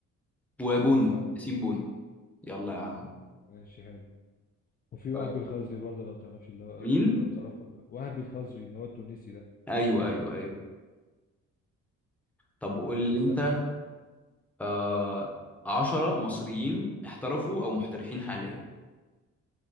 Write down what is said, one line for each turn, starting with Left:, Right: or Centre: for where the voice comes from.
Centre: وبونو
Left: آه،
Centre: ياسين بونو يلا يا عم
Left: ماشي حلو وفي
Centre: طيب
Left: وهبي الخزري برضه لو تعرفش اللي هو
Centre: مين؟
Left: لو تعرفه ولا لأ. وهبي الخزري اللي هو التونسي ده
Centre: أيوه أيوه أيوه طب قول
Left: ماشي
Centre: لي
Left: اسألني
Centre: أنت
Left: انت
Centre: آه عشرة مصريين احترفوا أو محترفين حاليا